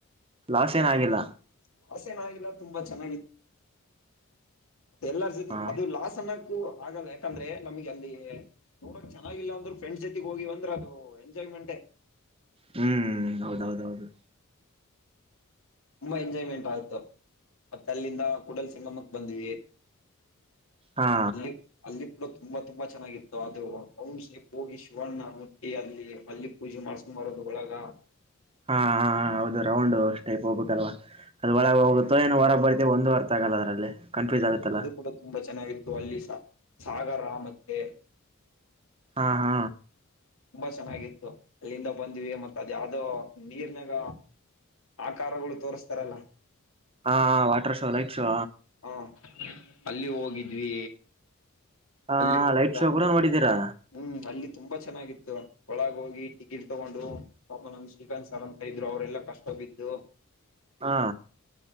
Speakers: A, on the right; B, on the left.
A: ಲಾಸ್ ಏನಾಗಿಲ್ಲ.
B: ಲಾಸ್ ಏನಾಗಿಲ್ಲ ತುಂಬಾ ಚೆನ್ನಾಗಿತ್ತು ಮತ್ತೆ ಎಲ್ಲರ ಜೊತೆ
A: ಹ
B: ಅದು ಲಾಸ್ ಅನ್ನ. ಆಗಲ್ಲ ಯಾಕಂದ್ರೆ ನಮಗೆ ಅಲ್ಲಿ. ನೋಡಕ್ ಚೆನ್ನಾಗಿಲ್ಲ ಅಂದ್ರು ಫ್ರೆಂಡ್ಸ್ ಜೊತೆಗ್ ಹೋಗಿವಿ ಅಂದ್ರೆ ಅದು ಎಂಜಾಯ್ಮೆಂಟ್
A: ಹ್ಮ್ ಹೌದ್ ಹೌದು ಹೌದು
B: ತುಂಬಾ ಎಂಜಾಯ್ಮೆಂಟ್ ಆಯ್ತು ಮತ್ತೆ ಅಲ್ಲಿಂದ ಕೂಡಲ ಸಂಗಮಕ್ಕೆ ಬಂದ್ವಿ.
A: ಹಾ
B: ಈ. ಅಲ್ಲಿ ಕೂಡ ತುಂಬಾ ತುಂಬಾ ಚೆನ್ನಾಗಿತ್ತು ಅದು ಅವಂ ಶೀ ಹೋಗಿ ಶಿವಣ್ಣ ಮುಟ್ಟಿ ಅಲ್ಲಿ ಅಲ್ಲಿ. ಪೂಜೆ ಮಾಡ್ಸ್ಕೊಂಡು ಬಾರೋದ ಒಳಗ.
A: ಹಾ ಹಾ ಹೌದು ರೌಂಡ್ ಟೈಪ್ ಹೋಗ್ಬೇಕಕ್ಲ್ವಾ. ಅದು ಒಳಗ ಹೋಗುತೊ ಏನೋ ಹೊರಗೆ ಬರ್ತೀವಿ ಒಂದ ಅರ್ಥ ಆಗಲ್ಲ ಅದರಲ್ಲಿ. ಕನ್ಫ್ಯೂಸ್
B: ಹ್ಮ್
A: ಆಗುತ್ತಲ್ಲ
B: ಅದು ಕೂಡ ತುಂಬಾ ಚೆನ್ನಾಗಿತ್ತು ಅಲ್ಲಿ ಸಾಗರ ಮತ್ತೆ.
A: ಹಾ ಹಾ
B: ತುಂಬಾ ಚೆನ್ನಾಗಿತ್ತು ಅಲ್ಲಿಂದ ಬಂದಿವವಿ ಮತ್ತ ಅದ ಯಾವ್ದೋ ನೀರ್ನಾಗ. ಆಕಾರಗಳು ತೋಸ್ತಾರಲ್ಲ.
A: ಹಾ ವಾಟರ್ ಶೋ ಲೈಟ್ ಶೋ.
B: ಹಾ ಅಲ್ಲಿ ಹೋಗಿದ್ವಿ.
A: ಹ
B: ಅಲ್ಲಿ ಹೋಗಿ
A: ಲೈಟ್ ಶೋ ಕೂಡ ನೋಡಿದ್ದೀರಾ.
B: ಹ್ಮ್ ಅಲ್ಲಿ ತುಂಬಾ ಚೆನ್ನಾಗಿತ್ತು ಒಳಗ ಹೋಗಿ ಟಿಕೆಟ್ ತಗೊಂಡು. ಪಾಪ ನಮ್ ಶ್ರೀಕಾಂತ್ ಸಾರ್ ಅಂತ ಇದ್ರು ಅವರೆಲ್ಲ ಕಷ್ಟ ಬಿದ್ದು.
A: ಹಾ